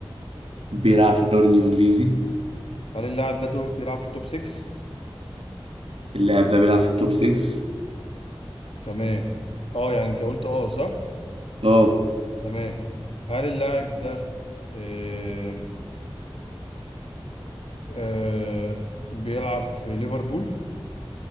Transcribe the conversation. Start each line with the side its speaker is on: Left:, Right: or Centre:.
Right: بيلعب في الدوري الإنجليزي
Left: هل اللاعب ده تو- بيلعب في التوب 6؟
Right: اللاعب ده بيلعب في التوب 6
Left: تمام اه يعني انت قلت اه صح؟
Right: أه
Left: تمام هل اللاعب ده أم. أه. بيلعب في ليفربول؟